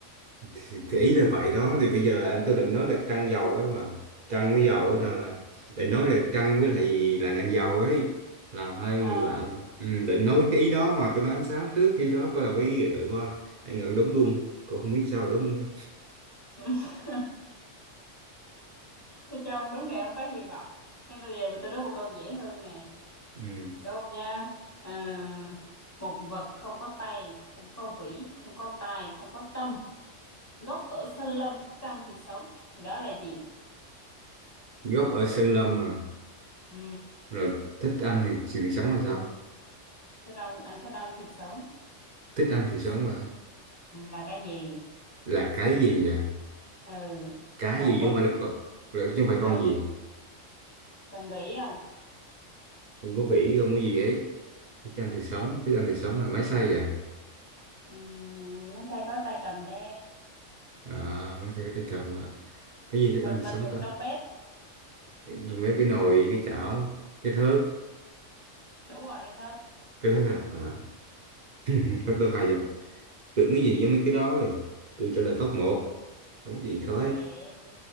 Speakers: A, on the right; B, on the left.
A: thì,
B: Ừ.
A: thì ý là vậy đó thì bây giờ anh tôi định nói là trăng dầu ấy mà trăng với dầu ở đâu là định nói là trăng với lại là đèn dầu ấy là hai
B: Ờ.
A: người bạn ừ, định nói cái ý đó mà tôi nói ánh sáng trước khi đó coi là có ý gửi qua anh ngờ đúng luôn cô không biết sao đúng nữa
B: <laughs> Thế cho ông đúng này ông có hy vọng. Thế bây giờ tôi đố một câu dễ hơn nè.
A: ừ.
B: Đâu nha. À, một vật không có tay, không có vĩ, không có tài, không có tâm. Gốc ở sân lâm thích ăn thịt sống. Thì đó là gì?
A: gốc ở Sơn Lâm mà
B: Ừ,
A: rồi thích ăn thì sự sống là sao
B: thích ăn à, thích ăn thịt sống
A: thích ăn thì sống là
B: ừ, là cái gì?
A: là cái gì à
B: Ừ,
A: cái
B: một
A: gì chứ
B: vật.
A: không phải là con là chứ không phải
B: Ừ,
A: con gì
B: cần nghĩ không?
A: không có vĩ không có gì hết thích ăn thì sống thích ăn thì sống là máy xay à,
B: Ừ, massage có tay cầm đe.
A: à máy xay có tay cầm à cái gì thích
B: Một
A: ăn thì
B: vật
A: sống
B: dụng
A: ta
B: trong bếp.
A: rồi mấy cái nồi cái chảo cái thớt
B: Đúng rồi, cái thớt.
A: cái thớt à, à. ừ, thớt đâu hai giờ tưởng cái gì với mấy cái đó rồi tôi trả lời phóc một đúng gì khó ấy.
B: Yeah.